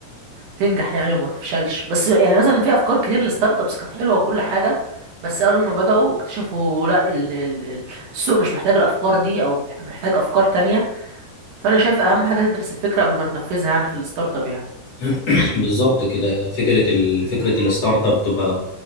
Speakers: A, on the right; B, on the left.
A: تنجح يعني وما تفشلش بس يعني مثلا في افكار كتير للستارت ابس كانت حلوة وكل حاجة بس اول ما بدأوا اكتشفوا لا ال- ال- ال- السوق مش محتاج الافكار دي او مح- محتاج افكار تانية فانا شايف اهم حاجة تدرس الفكرة قبل ما تنفذها يعني في الستارت اب يعني
B: <clears throat> بالظبط كده فكره ال... فكره الستارت اب تبقى